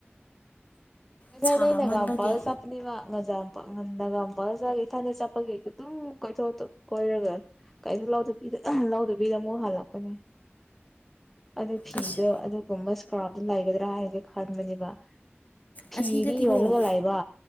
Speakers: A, in the centre; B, on the left.
A: ꯃꯖꯥꯏꯗꯅꯒꯝ
B: ꯁꯥ ꯃꯟꯕꯒꯤ
A: ꯄꯥꯎ ꯆꯄꯅꯤ ꯃꯥ ꯉꯖꯝ ꯄꯥꯎ ꯉꯟꯅꯒꯥꯝ ꯐꯖꯒ ꯏꯊꯟꯗ ꯆꯠꯄꯒꯤ ꯑꯗꯨꯝ ꯀꯣꯏꯊꯣꯛ ꯀꯣꯏꯔꯒ ꯀꯩ ꯂꯧꯗꯕꯤꯗ ꯑꯃꯨꯛ ꯍꯜꯂꯛꯄꯅꯦ ꯑꯗꯨ ꯐꯤꯗꯣ
B: ꯑꯁ
A: ꯑꯗꯨꯒꯨꯝꯕ ꯊ ꯑꯗꯨ ꯂꯥꯛꯒꯗ꯭ꯔꯥ ꯍꯥꯏꯒꯦ ꯈꯔ ꯃꯅꯤꯕ ꯐꯤꯗꯤ
B: ꯑꯁꯤꯗꯗꯤꯀꯣ
A: ꯌꯣꯜꯂꯒꯂꯥꯛꯏꯕ